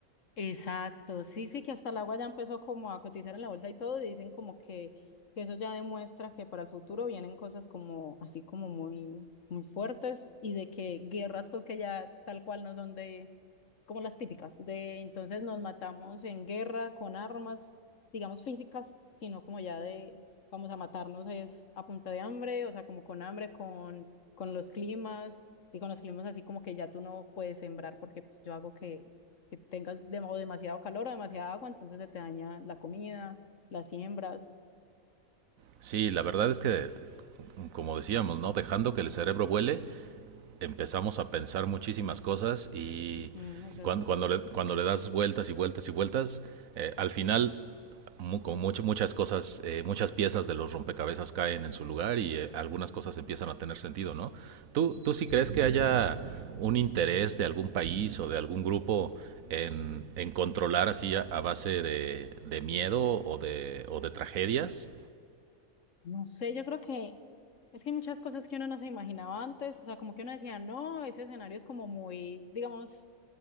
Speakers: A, on the left; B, on the right.
A: Exacto, sí, sí, que hasta el agua ya empezó como a cotizar en la bolsa y todo, y dicen como que, que eso ya demuestra que para el futuro vienen cosas como así como muy, muy fuertes y de que guerras pues que ya tal cual no son de como las típicas, de entonces nos matamos en guerra con armas, digamos físicas, sino como ya de vamos a matarnos es a punta de hambre, o sea, como con hambre, con, con los climas, y con los climas así como que ya tú no puedes sembrar porque pues, yo hago que, que tengas dem- o demasiado calor o demasiada agua, entonces se te daña la comida, las siembras.
B: Sí, la verdad es que, como decíamos, ¿no? dejando que el cerebro vuele, empezamos a pensar muchísimas cosas y
A: Ujú, es verdad.
B: cuando, cuando, le, cuando le das vueltas y vueltas y vueltas, eh, al final mu- como mucho- muchas cosas, eh, muchas piezas de los rompecabezas caen en su lugar y eh, algunas cosas empiezan a tener sentido, ¿no? ¿Tú, ¿Tú sí crees que haya un interés de algún país o de algún grupo en, en controlar así a, a base de, de miedo o de, o de tragedias?
A: No sé, yo creo que es que hay muchas cosas que uno no se imaginaba antes, o sea, como que uno decía, no, ese escenario es como muy, digamos,